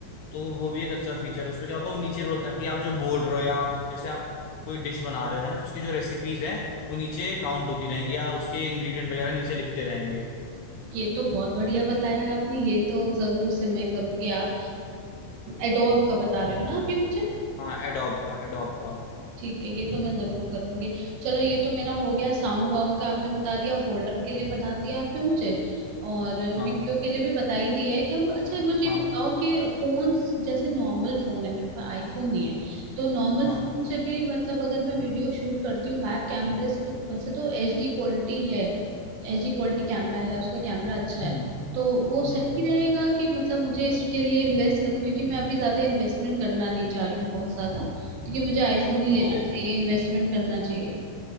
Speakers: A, on the left; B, on the right.
A: तो वो भी एक अच्छा फीचर है उसमें क्या होगा वो नीचे होता है कि आप जो बोल रहे हो या आप जैसे आप कोई डिश बना रहे हो है ना तो उसकी जो रेसिपीज हैं वो नीचे काउंट होती रहेंगी या उसके इंग्रेडिएंट वगैरह नीचे लिखते रहेंगे
B: ये तो बहुत बढ़िया बताया आपने ये तो जरूर से मैं करूंगी आप एडोब का बता रहे हो ना आप ये मुझे
A: हाँ एडोब का एडोब का
B: ठीक है ये तो मैं जरूर करूंगी चलो ये तो मेरा हो गया साउंड ऑन का आपने बता दिया फोल्डर के लिए बता दिया आपने मुझे और
A: हाँ
B: वीडियो के लिए भी बता ही दिया है क्या अच्छा मुझे ये
A: हाँ
B: बताओ कि फोन जैसे नॉर्मल फोन है मेरे पास आईफोन नहीं है तो नॉर्मल
A: हाँ
B: फोन से भी मतलब अगर मैं वीडियो शूट करती हूँ बैक कैमरे से तो वैसे तो एचडी क्वालिटी है एचडी क्वालिटी कैमरा है उसका कैमरा अच्छा है
A: हम्म
B: तो वो
A: हम्म
B: सही रहेगा कि मतलब मुझे इसके लिए इन्वेस्ट करना क्योंकि मैं अभी ज्यादा इन्वेस्टमेंट करना नहीं चाह रही हूँ बहुत ज्यादा क्योंकि मुझे आईफोन ही
A: देखो
B: लेना चाहिए इन्वेस्टमेंट करना चाहिए